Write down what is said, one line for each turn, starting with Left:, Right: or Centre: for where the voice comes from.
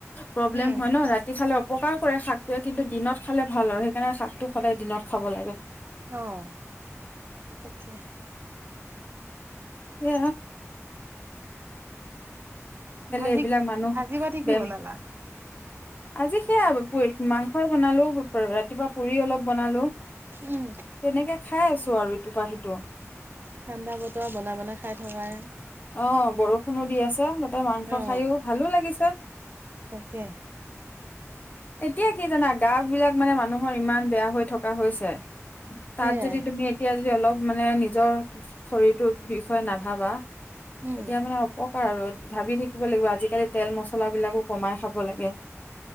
Left: প্ৰব্লেম
Right: উম
Left: হয় ন ৰাতি খালে অ উপকাৰ কৰে শাকটোৱে কিন্তু দিনত খালে ভাল আৰু সেইকাৰণে শাকটো সদায় দিনত খাব লাগে
Right: আহ তাকে
Left: এ
Right: ভাজি
Left: এইবিলাক মানুহ
Right: ভাজি পাতিি কি
Left: বেম
Right: বনালা
Left: আজি সেয়া মাংস বনালেওতি ইটোপা পুৰি অলপ বনালো
Right: উম
Left: তেনেকে খাই আছো আৰু ইটোপা সিটো
Right: ঠাণ্ডা বতৰ বনাই বনাই খাই থকাই
Left: অ বৰষুণ কোনো দি আছে ত মাংস
Right: অ
Left: খাইও ভালো লাগিছে।
Right: তাকে
Left: এতিয়া কি জানা! গা বিলাক মানে মানুহৰ ইমান বেয়া হৈ থকা হৈছে। তাত
Right: সেইয়াই
Left: যদি তুমি এতিয়া দি অলপ মানে নিজৰ শৰীৰটোৰ বিষয়ে নাভাবা,
Right: উম
Left: তেতিয়া মানে অপকাৰ আৰু ভাবি থাকিব লাগিব, আজিকালি তেল মচলাবিলাকো কমাই খাব লাগে।